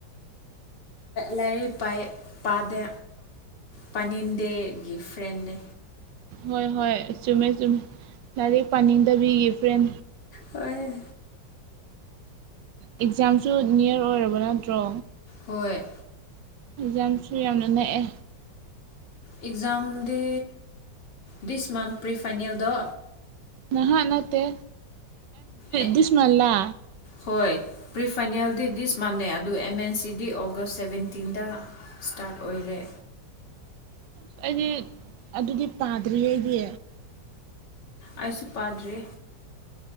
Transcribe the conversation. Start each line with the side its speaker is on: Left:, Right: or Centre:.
Left: ꯂꯥꯏꯔꯤꯛ ꯄꯥꯏ ꯄꯗꯦ ꯄꯥꯅꯤꯡꯗꯦꯒꯤ ꯐ꯭ꯔꯦꯟꯅꯦ
Right: ꯍꯣꯏ ꯍꯣꯏ ꯆꯨꯝꯃꯦ ꯆꯨꯝꯃꯦ ꯂꯥꯏꯔꯤꯛ ꯄꯥꯅꯤꯡꯗꯕꯤꯒꯤ ꯐ꯭ꯔꯦꯟ
Left: ꯍꫭꯏꯍꯦ
Right: ꯑꯦꯛꯖꯥꯝꯁꯨ ꯅꯤꯌꯔ ꯑꯣꯏꯔꯕ ꯅꯠꯇ꯭ꯔꯣ
Left: ꯍꯣꯏ
Right: ꯑꯦꯛꯖꯥꯝꯁꯨ ꯌꯥꯝꯅ ꯅꯛꯑꯦ
Left: ꯑꯦꯛꯖꯥꯝꯗꯤ ꯗꯤꯁ ꯃꯥꯟꯊ ꯄ꯭ꯔꯤꯐꯥꯏꯅꯦꯜꯗꯣ
Right: ꯅꯍꯥꯛ ꯅꯠꯇꯦ
Left: ꯑꯦ
Right: ꯗꯤꯁꯃꯜꯂ
Left: ꯍꯣꯏ ꯄ꯭ꯔꯤ ꯐꯥꯏꯅꯦꯜꯗꯤ ꯗꯤꯁ ꯃꯥꯟꯅꯩ ꯑꯗꯨ ꯑꯦꯝ ꯑꯦꯟ ꯁꯤꯗꯤ ꯑꯣꯒꯁ ꯁꯚꯦꯟꯇꯤꯟꯗ ꯁꯇꯥꯔꯠ ꯑꯣꯏꯔꯦ
Right: ꯑꯁ ꯑꯩꯗꯤ ꯑꯗꯨꯗꯤ ꯄꯥꯗ꯭ꯔꯤ ꯑꯩꯗꯤ
Left: ꯑꯩꯁꯨ ꯄꯥꯗ꯭ꯔꯤ